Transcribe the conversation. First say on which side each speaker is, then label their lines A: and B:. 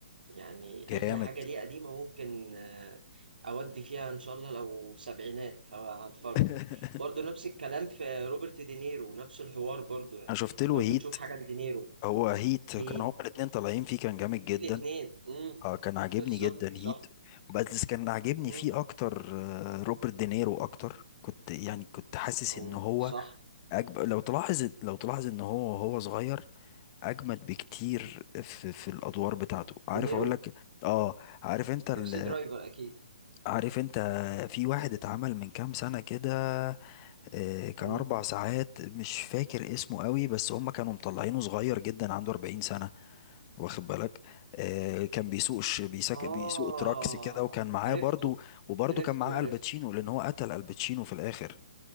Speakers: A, on the right; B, on the left.
A: يعني
B: جامد
A: أي حاجة ليه قديمة ممكن آه، أودي فيها إن شاء الله لو سبعينات فهتفرج
B: <laughs>
A: برضه نفس الكلام في روبرت دينيرو نفس الحوار برضه يعني
B: انا شفت له
A: لو
B: هيت
A: بتشوف حاجة لدينيرو
B: هو هيت
A: هي
B: كان هما الاتنين طالعين فيه كان جامد
A: في
B: جدا
A: الاتنين مم،
B: اه كان عاجبني
A: بالظبط
B: جدا هيت
A: صح
B: بس كان عاجبني
A: مم،
B: فيه اكتر آه، روبرت دينيرو اكتر كنت يعني كنت حاسس
A: أو
B: ان هو
A: صح
B: أجب... لو تلاحظ لو تلاحظ ان هو هو صغير اجمد بكتير في في الادوار بتاعته عارف
A: دينيرو
B: اقول لك اه عارف انت ال...
A: تاكسي درايفر أكيد
B: عارف انت في واحد اتعمل من كام سنه كده آه، كان
A: مم.
B: اربع ساعات مش فاكر اسمه قوي بس هم كانوا مطلعينه صغير جدا عنده 40 سنه واخد بالك آه، كان بيسوق ش- بيسك...
A: آه
B: بيسوق تراكس كده وكان معاه
A: عرفته
B: برضو وبرضو
A: عرفته
B: كان معاه
A: عرفته
B: الباتشينو لان هو قتل الباتشينو في الاخر